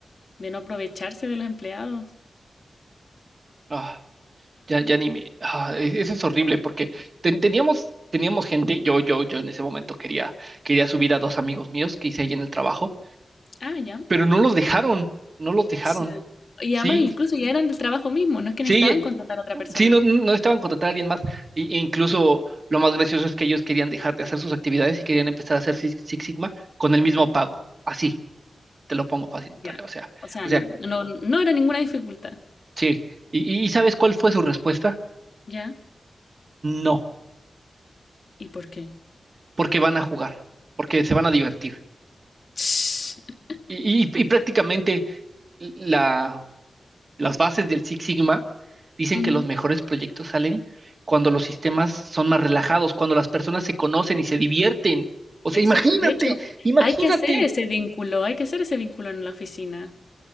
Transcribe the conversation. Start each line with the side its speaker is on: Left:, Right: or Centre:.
Left: de no aprovecharse de los empleados.
Right: Ah. Ya, ya ni me. ah, e- eso es horrible porque ten- teníamos, teníamos gente. Yo, yo, yo en ese momento quería, quería subir a dos amigos míos que hice ahí en el trabajo,
Left: Ah, ya.
Right: pero no los dejaron. No los dejaron.
Left: Sí. Y
Right: Sí,
Left: además incluso ya eran del trabajo mismo, no es que necesitaban
Right: sí, eh,
Left: contratar a otra persona.
Right: sí, no, no estaban contratar a alguien más. Y- e incluso lo más gracioso es que ellos querían dejar de hacer sus actividades y querían empezar a hacer Six, Six Sigma con el mismo pago. Así, te lo pongo fácil, Natalia.
Left: Ya.
Right: O sea,
Left: O sea,
Right: o
Left: n-
Right: sea,
Left: no, no era ninguna dificultad.
Right: sí. ¿Y, y y sabes cuál fue su respuesta?
Left: Ya.
Right: No,
Left: ¿Y por qué?
Right: porque van a jugar, porque se van a divertir.
Left: <laughs>
Right: Y, y- y prácticamente la, las bases del Six Sigma dicen
Left: Ujú,
Right: que los mejores proyectos salen cuando los sistemas son más relajados, cuando las personas se conocen y se divierten. O sea,
Left: Exacto.
Right: imagínate,
Left: De hecho,
Right: imagínate.
Left: hay que hacer ese vínculo, hay que hacer ese vínculo en la oficina.